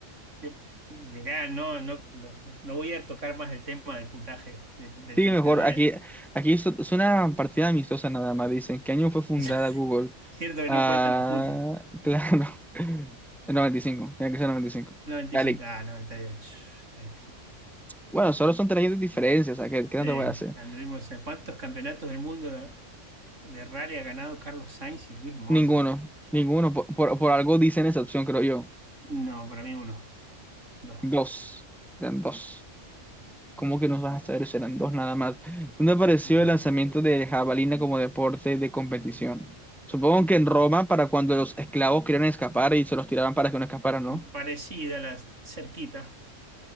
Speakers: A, on the right; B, in the centre.
A: Te- Mirá, no, no, no, no voy a tocar más el tema del puntaje del, del
B: Sí,
A: tanteador,
B: mejor. Aquí,
A: ¿eh?
B: aquí es es una partida amistosa nada más. Dicen, ¿qué año fue fundada
A: <laughs>
B: Google?
A: Cierto que
B: Ah,
A: no cuentan los puntos.
B: claro. <laughs> 95, tiene que ser 95.
A: 95,
B: Dale.
A: ah, 98. Eh,
B: Bueno, solo son tres años de diferencia, o sea, ¿qué, qué
A: Sí,
B: no te voy a hacer?
A: anduvimos, o sea, ¿cuántos campeonatos del mundo de, de rally ha ganado Carlos Sainz y Luis Moya?
B: Ninguno, ninguno. Por, por- por algo dicen esa opción, creo yo.
A: No, para mí uno, dos.
B: Dos, eran dos. ¿Cómo que nos vas a saber? Serán dos nada más. ¿Dónde apareció
A: Mm,
B: el lanzamiento de jabalina como deporte de competición? Supongo que en Roma, para cuando los esclavos querían escapar y se los tiraban para que no escaparan, ¿no?
A: parecida, la cerquita.